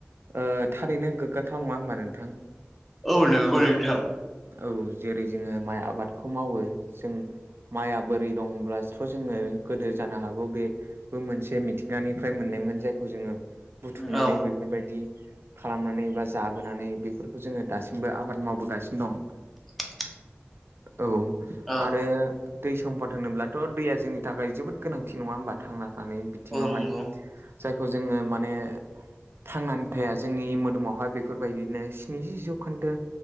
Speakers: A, on the right; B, in the centre.
A: ओ थारैनो गोग्गाथाव नङा होमबा नोंथां?
B: औ नोंगौ नोंथां।
A: औ जेरै जोङो माइ आबादखौ मावो जों माइआ बोरै दंब्लाथ' जोङो गोदो जानो हागौ बे बो मोनसे मिथिंगानिफ्राय मोननायमोन जायखौ जोङो बुथुमनानै
B: औ
A: बेफोरबायदि खालामनानै बा जाबोनानै बेफोरखौ जोङो दासिमबो आबाद मावबोगासिनो दं।
B: <inaudible>
A: औ
B: औ
A: आ रो दै सम्पद होनोब्लाथ' दैया जोंनि थाखाय जोबोद गोनांथि नङा होमबा थांना थानाय बिथिङावहाय?
B: औ नंगौ
A: जायखौ जोङो माने थांनानै थाया जोंनि मोदोमावहाय बेफोरबायदिनो स्निजि जौखोन्दो